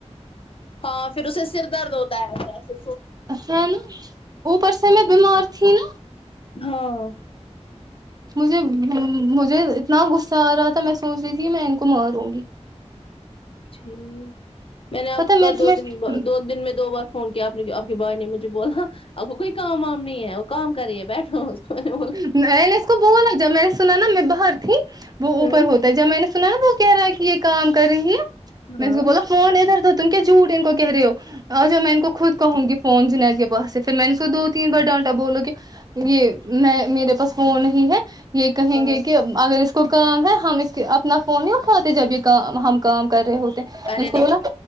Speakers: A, on the left; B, on the right.
A: ہاں پھر اسے سر درد ہوتا ہے ایے
B: ہے نا اوپر سے میں بیمار تھی نا
A: ہاں
B: مجھے مجھے اتنا غصہ آ رہا تھا میں سوچ رہی تھی کہ میں ان کو ماروں گی
A: ٹھیک میں نے آپ
B: پتا
A: کو کل
B: میں تمہیں
A: دو دن دو دن میں دو بار فون کیا آپ کے بھائی نے مجھے بولا آپ کو کوئی کام وام نہیں ہے وہ کام کری ہے بیٹھو کو میں نے بولا
B: میں نے اس کو بولا جب میں نے سنا نا میں باہر تھی وہ اوپر
A: ہوں
B: ہو خب میں نے سنا نہ وہ کہہ رہا ہے کہ یہ کام کر رہی ہے
A: ہاں
B: میں اس کو بولا فون ادھر تو تم کیا جھوٹ ان کو کہہ رہے ہو اچھا میں ان کو خود کہوں گی فون جنید کے پاس سے پھر میں نے اس کو دو تین بار ڈانٹا بولو کہ یہ میں میرے پاس فون ہی ہے یہ کہیں
A: ہاں
B: گے کہ اگر اس کو کام ہے ہم اس کے اپنا فون نہیں اٹھاتے جب یہ کام ہم کام کر رہے ہوتے ہیں۔
A: ارے
B: میں نے اس کو
A: نہیں
B: بولا